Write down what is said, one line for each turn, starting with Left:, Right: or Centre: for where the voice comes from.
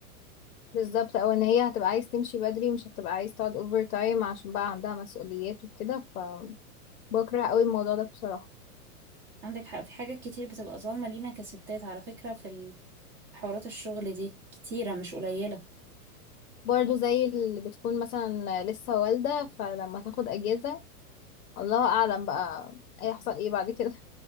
Left: بالظبط او ان هي هتبقى عايز تمشي بدري مش هتبقى عايز تقعد اوفر تايم عشان بقى عندها مسؤوليات وكده فبكره قوي الموضوع ده بصراحة
Right: عندك حق في حاجات كتير بتبقى ظالمة لينا كستات على فكرة في ال- في حوارات الشغل دي كتيرة مش قليلة
Left: برضو زي اللي بتكون مثلا لسه والدة فلما تاخد اجازة الله اعلم بقى هيحصل ايه بعد كده